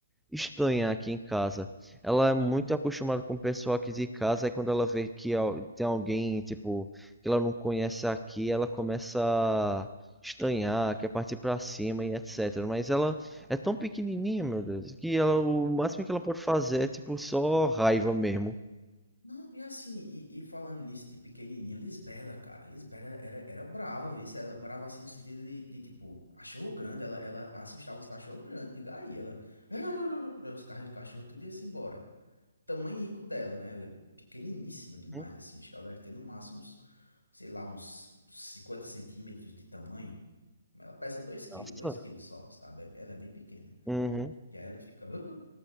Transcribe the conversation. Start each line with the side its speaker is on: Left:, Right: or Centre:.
Centre: estranha aqui em casa. Ela é muito acostumada com o pessoal aqui de casa, e quando ela vê que al- tem alguém, tipo, que ela não conhece aqui, ela começa a estranhar, quer partir pra cima e etc. Mas ela é tão pequenininha, meu Deus, que ela, o
Left: <laughs>
Centre: máximo que ela pode fazer é, tipo, só raiva mesmo.
Left: Não, e assim, e, e falando nisso de pequenininha, Lisbela, cara, Lisbela era, era brava, viu? Ela brava assim no sentido de, de, tipo, cachorro grande, ela, ela assustava os cachorros grandes, diga aí, ela, <laughs> os carros, os cachorros tudo ia-se embora. tamanhico dela, né? Ela é pequeniníssima demais,
Centre: Hum,
Left: assim. Acho que ela deve ter no máximo uns, sei lá, uns 50 centímetros de tamanho. Mas Ela pesa dois quilos,
Centre: Nossa.
Left: 2 quilos só, sabe? É- Ela é bem pequena.
Centre: Uhum.
Left: E aí ela fica "Ah",